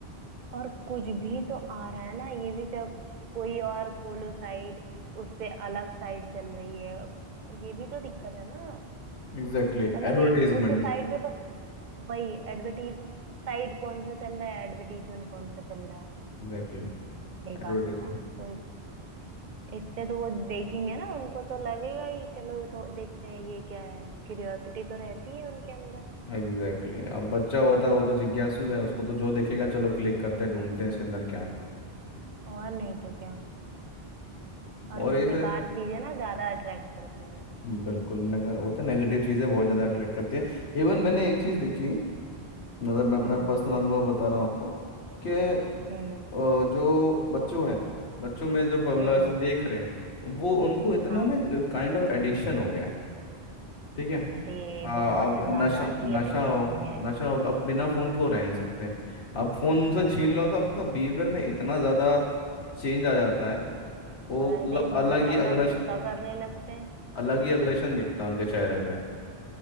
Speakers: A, on the right; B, on the left.
A: और कुछ भी तो आ रहा है ना ये भी तो कोई और खोलो साइड उस पे अलग साइड चल रही है अब ये भी तो दिक्कत है ना
B: Exactly
A: मतलब
B: advertisement
A: ये उस साइड पे बस वही एडवर्टीज साइड कौन सा चल रहा है एडवर्टीजमेंट कौन सा चल रहा है
B: Exactly advertisement
A: बेकार सा तो इस, इससे तो वो देखेंगे ना उनको तो लगेगा ही चलो तो देखते हैं ये क्या है क्यूरियोसिटी तो रहती है उनके अंदर
B: Exactly exactly. अब बच्चा होता है वो तो जिज्ञासु है उसको तो जो देखेगा चलो क्लिक करते हैं ढूंढते हैं इसके अंदर क्या है
A: और नहीं तो क्या और
B: और इसे
A: बेकार चीजें ना ज्यादा अट्रैक्ट करती हैं
B: बिल्कुल नगर वो तो नेगेटिव चीज़ें बहुत ज़्यादा अट्रैक्ट करती है इवन मैंने एक चीज़ देखी मतलब मैं अपना
A: हम्म
B: पर्सनल अनुभव बता रहा हूँ आपको कि
A: हम्म
B: अ, जो बच्चों है बच्चों में जो मतलब
A: हम्म
B: ऐसे देख रहे हैं वो उनको इतना
A: हाँ
B: ना काइंड ऑफ एडिक्शन हो गया है ठीक है
A: अरे
B: हाँ
A: बहुत
B: अब
A: ज्यादा
B: नशा
A: ही
B: नशा
A: इलेक्शन
B: हो
A: हो गया है
B: नशा हो अब बिना फोन के वो रह नहीं सकते अब फोन उनसे छीन
A: ये
B: लो
A: तो
B: तो
A: है
B: उनका बिहेवियर में इतना ज्यादा चेंज आ जाता है वो
A: अरे
B: मतलब
A: बहुत
B: अलग
A: ज्यादा
B: ही अग्रेशन
A: गुस्सा करने लगते हैं
B: अलग ही अग्रेशन दिखता है उनके चेहरे पे